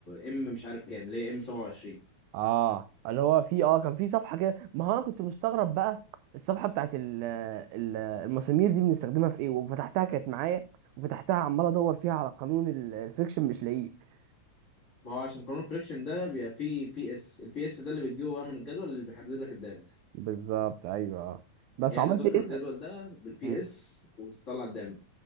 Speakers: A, on the left (about 30°); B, on the right (about 90°).
A: ام مش عارف كام ليه ام 27
B: اه اللي هو في اه كان في صفحه كده ما هو انا كنت مستغرب بقى الصفحه بتاعت ال ال المسامير دي بنستخدمها في ايه وفتحتها كانت معايا وفتحتها عمال ادور فيها على قانون ال- الفريكشن مش لاقيه
A: ما هو عشان قانون الفريكشن ده بيبقى فيه بي اس البي اس ده اللي بتجيبه بقى من الجدول اللي بيحدد لك الدامج
B: بالظبط ايوه آه. بس
A: يعني
B: عملت
A: انت بتدخل
B: ايه
A: الجدول
B: ده؟
A: ده بالبي
B: مم.
A: اس وتطلع الدامج